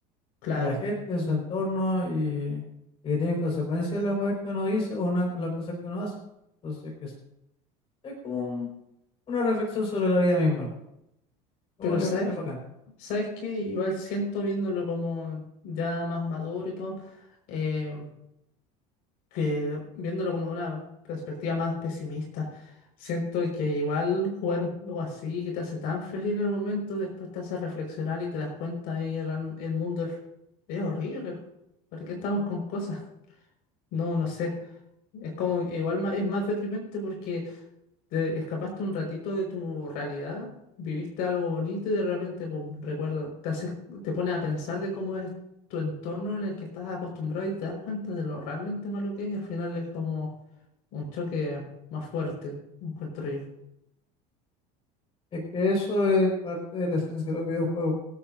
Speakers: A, on the left; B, on the left.
A: claro.
B: en la gente, en su entorno y, y que tienen consecuencias las weas que uno dice o una- las cosas que uno hace. Entonces, que es, es como un- una reflexión sobre la vida misma, lo cual
A: Pero ¿sabes
B: es, es bacán.
A: ¿Sabes qué? Igual siento viéndolo como ya más maduro y todo, eh, que viéndolo como de una perspectiva más pesimista, siento que igual jugar un juego así que te hace tan feliz en el momento, después te hace reflexionar y te das cuenta de que real- el mundo es, es horrible. ¿Por qué estamos con cosas? <laughs> No, no sé. Es como, igual ma- es más deprimente porque te escapaste un ratito de tu realidad, viviste algo bonito y de repente, pum, recuerda, te haces, te pones a pensar de cómo es tu entorno en el que estás acostumbrado y te das cuenta de lo realmente malo que es y al final es como un choque más fuerte, encuentro yo.
B: Es que eso es parte de la esencia de los videojuegos.